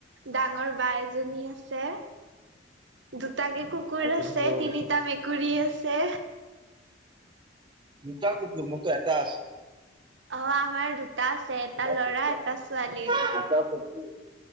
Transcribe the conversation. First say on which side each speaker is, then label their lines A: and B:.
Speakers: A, on the right; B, on the right.
A: ডাঙৰ বা এজনী আছে দুটাকে কু কুকুৰ
B: আৰু তুমি
A: আছে
B: সৰু
A: তিনিটা মেকুৰী আছে।
B: দুটা কুকুৰ মৰতো এটা আছে।
A: অহ'আমাৰ দুটা আছে এটা
B: তোমাৰ
A: লৰা
B: দুটা
A: এটা ছোৱালী।
B: দুটা চকু